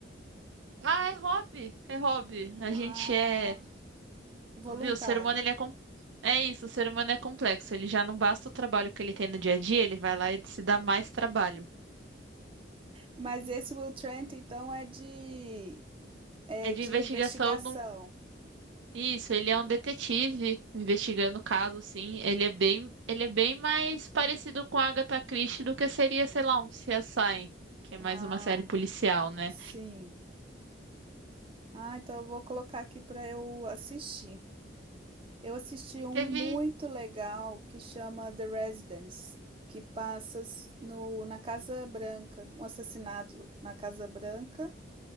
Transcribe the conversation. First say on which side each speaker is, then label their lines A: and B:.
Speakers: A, on the right; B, on the right.
A: Ah, é hobby, é hobby. A
B: Ah,
A: gente é.
B: voluntário.
A: Viu, o ser humano ele é com... É isso, o ser humano é complexo. Ele já não basta o trabalho que ele tem no dia a dia, ele vai lá e se dá mais trabalho.
B: Mas esse Will Trent, então, é de, é
A: É
B: de
A: de investigação
B: investigação.
A: Isso, ele é um detetive investigando o caso, sim. Ele é bem, ele é bem mais parecido com a Agatha Christie do que seria, sei lá, um CSI, que é
B: Ah,
A: mais uma série policial, né?
B: sim. Ah, então eu vou colocar aqui para eu assistir. Eu assisti
A: Aí
B: um
A: teve,
B: muito legal que chama The Residence, que passa s- no, na Casa Branca, um assassinato na Casa Branca,